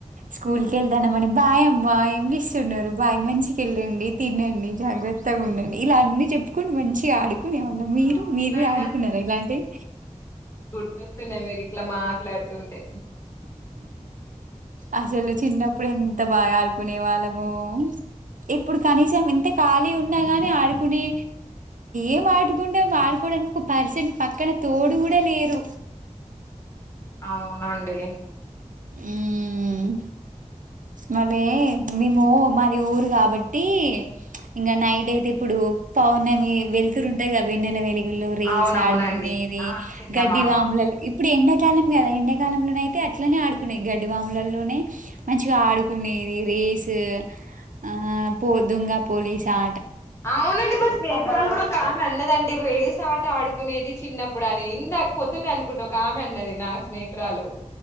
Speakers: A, on the right; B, on the left.
A: స్కూల్ వెళ్తానమని బాయ్ అమ్మా ఏం చేస్తున్నారు బాయ్ మంచిగా వెళ్ళండి తినండి జాగ్రత్తగా ఉండం ఇలా అన్నీ చెప్పుకుండు మంచిగా ఆడు కునే వాళ్లం మీరు
B: అవునండి
A: మీరు కూడా ఆడుకున్నార ఇలాంటీవి
B: గుర్తున్నాయి మీరు ఇట్లా మాట్లాడుతుంటే
A: అసలు చిన్నప్పుడు ఎంత బాగా ఆడుకునే వాళ్లమో ఇప్పుడు కనీసం ఇంత ఖాళీ ఉన్నా గాని ఆడుకునే ఏం ఆడుకుంటే ఆడుకొ కోడానికి ఒక పర్సన్ పక్కన తోడు కూడా లేరు
B: అవునండి
A: మ్ మళ్లీ మేము మాది ఊరు కాబట్టి ఇంగ నైట్ అయితే ప్పుడు పౌర్ణమి వెళ్తురు ఉంటాది కదా వెన్నెల వెలుగుల్లో రేస్
B: అవునవునండి
A: ఆడుకునేది
B: ఇది ఆ చందమామ
A: గడ్డి వాములలో ఇప్పుడు ఎండాకాలం కదా ఎండాకాలంలోన అయితే అట్లనే ఆడుకున్నే గడ్డివాములలోనే మంచిగా ఆడుకునేది రేస్ అ పో దొంగ పోలీస్ ఆ
B: అవునండి మా స్నేహితురాలు కూడా ఒక ఆమె అన్నదండి రేస్ ఆట ఆడుకునేది చిన్నప్పుడు అని ఇందా పొద్దున్న అనుకుంటా ఒక ఆమె అన్నది నా స్నేహితురాలు